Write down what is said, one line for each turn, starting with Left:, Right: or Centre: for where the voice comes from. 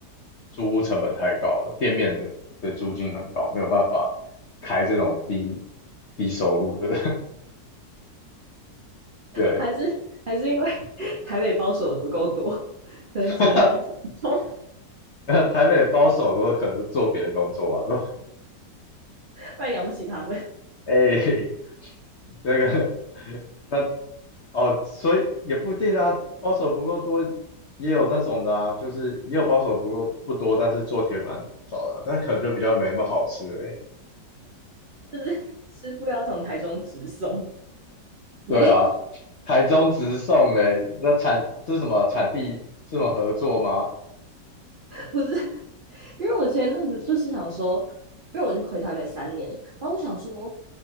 Left: 租屋成本太高了，店面的的租金很高，没有办法开这种低低收入的。<laughs> 对，
Right: 还是还是因为 <laughs> 台北包手的不够多，可能集中在台中，
Left: <laughs> 那台北的包手都可能是做别的工作吧？都
Right: 不然养不起他们。
Left: <laughs> 哎、那个那哦，所以也不一定啊，包手不够多，也有那种的啊，就是也有包手不够不多，但是做铁板烧的啊但是可能就比较没那么好吃的。
Right: 就是师傅要从台中直送，没有，
Left: 对啊，台中直送嘞，那产这是什么产地这么合作吗？
Right: 不是，因为我前阵子就是想说，因为我就回台北三年了，然后我想说，